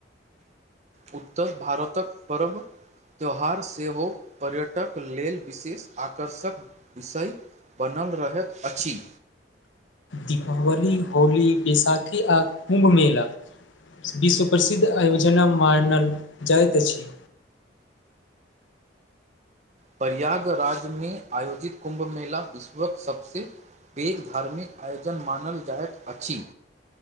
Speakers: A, on the right; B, on the left.
A: उत्तर भारतक परब त्यौहार सेहो, पर्यटक लेल विशेष आकर्षक विषय बनल रहैत अछि।
B: दीपावली, होली, बैसाखी, आ कुम्भ मेला विश्व प्रसिद्ध आयोजन मानल जाइत अछि।
A: प्रयाग राज्यमें, आयोजित कुम्भ मेला, विश्वक सबसँ पैघ धार्मिक आयोजन मानल जाइत अछि।